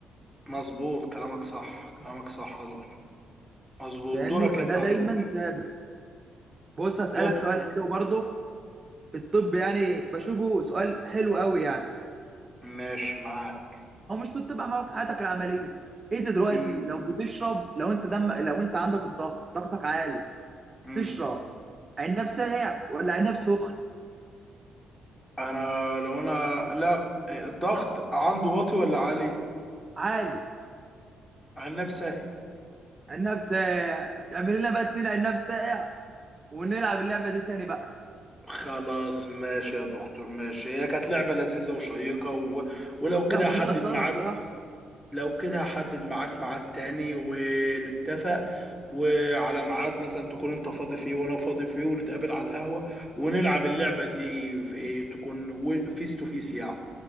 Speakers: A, in the centre; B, on the right (about 30°).
A: مظبوط كلامك صح كلامك صح يا دكتور مظبوط
B: فاهمني
A: دورك
B: فده
A: انت يا
B: دايما
A: دكتور
B: ثابت بص هسالك
A: يا د...
B: سؤال حلو برضه في الطب يعني بشوفه سؤال حلو قوي يعني
A: ماشي معاك
B: هو مش بتطبق معاه في حياتك العمليه انت دلوقتي
A: مم.
B: لو بتشرب لو انت دم لو انت عندك الضغط ضغطك عالي
A: مم.
B: تشرب عناب ساقع ولا عناب سخن
A: انا لو انا لا الضغط عنده واطي ولا عالي
B: عالي
A: عناب ساقي
B: عناب ساقع تعمل لنا بقى اتنين عناب ساقع ونلعب اللعبه دي تاني بقى
A: خلاص ماشي يا دكتور ماشي هي كانت لعبة لذيذة وشيقة و... ولو كده
B: لا
A: هحدد
B: كلها اثاره
A: معاك
B: الصراحه
A: لو كده هحدد معاك ميعاد تاني ونتفق وعلى ميعاد مثلا تكون انت فاضي فيه وانا فاضي فيه ونتقابل على القهوة ونلعب اللعبة دي في إيه؟ تكون فيس تو فيس يعني